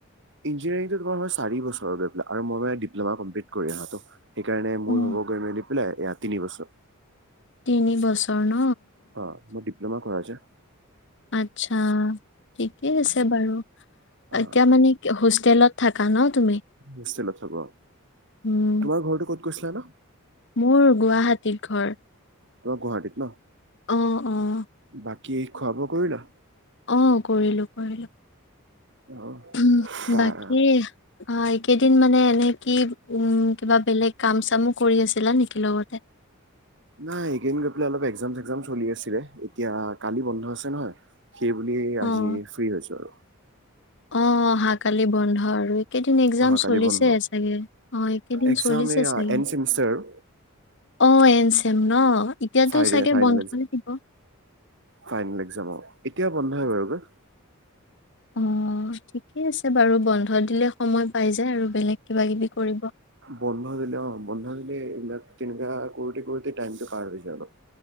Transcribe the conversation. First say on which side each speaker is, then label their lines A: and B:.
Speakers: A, on the right; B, on the left.
A: ইঞ্জিনিয়াৰিংটো তোমাৰ হয় চাৰি বছৰৰ গ পেল আৰু মইানে ডিপ্লমা কমপ্লিট আহটো সেইকাৰণে মোৰ
B: উম।
A: হ'ব গৈ মেলি এয়া তিনি বছৰ
B: তিনি বছৰ ন
A: অ মোৰ ডিপ্ল'মা কৰা হৈছে
B: আচ্ছা। ঠিকেই আছে বাৰু
A: অ
B: এতিয়া মানে কি হোষ্টেলত থাকা ন তুমি?
A: হোষ্টেলত থব তোমাৰ
B: উম,
A: ঘৰটো ক'ত কৈছিলা ন
B: মোৰ গুৱাহাটীত ঘৰ
A: তোমাৰ গুৱাহাটীত ন
B: অ', অ',
A: বাক কি খোৱা বোৱা কৰিলা
B: অ কৰিলোঁ কৰিলোঁ
A: অ
B: উমহ
A: তাৰ
B: বাকী অ এইকেইদিন মানে এনে কি উম কিবা বেলেগ কাম চামো কৰি আছিলা নেকি লগতে
A: নাই এইকেইদিন গৈ পেলাই অলপ একজাম ঝেকজাম চলি আছিলে এতিয়া কালি বন্ধ আছে নহয় সেইবুলি
B: অ',
A: আজি ফ্ৰী আছো আৰু
B: অ অহাকালি বন্ধ আৰু এইকেইদিন একজাম
A: অহাকালি
B: চলিছে
A: বন্ধ
B: চাগে অ এই কেইদিন
A: এক্সাম
B: চলিছে
A: এয়া
B: চাগে
A: এণ্ড ছেমিষ্টাৰ আৰু
B: অ এ তেওঁ ন এতিয়াতো
A: ফাইনেল-ফাইনেল
B: চাগে বন্ধই
A: একজাম,
B: দিব।
A: ফাইনেল একজাম অ'। এতিয়া বন্ধই বাৰু <unintelligible>
B: অ', ঠিকেই আছে বাৰু! বন্ধ দিলে সময় পাই যায় আৰু বেলেগ কিবা-কিবি কৰিব।
A: বন্ধ দিলে, অ' বন্ধ দিলে এইবিলাক তেনেকুৱা কৰোঁতে-কৰোঁতে টাইমটো পাৰ হৈ যায় অলপ।